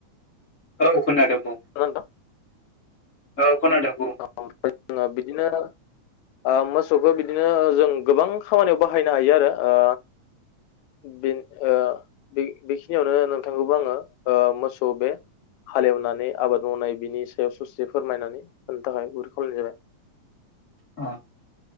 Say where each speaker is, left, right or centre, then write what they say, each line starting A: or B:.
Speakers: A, on the left; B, on the left.
A: औ खोनादों। बुं
B: <unintelligible>
A: औ। खोनादों बुं
B: <unintelligible> बिदिनो ओ मोसौखौ बिदिनो ओ जों गोबां खामानियाव बाहायनो हायो आरो। ओ बिन ओ बे-बेखिनियावनो नोंथांखौबो आङो ओ मोसौ बे हालेवनानै आबाद मावनाय बिनि सायाव सुसे फोरमायनानै होनो थाखाय गुरै खावलायनाय जाबाय।
A: अ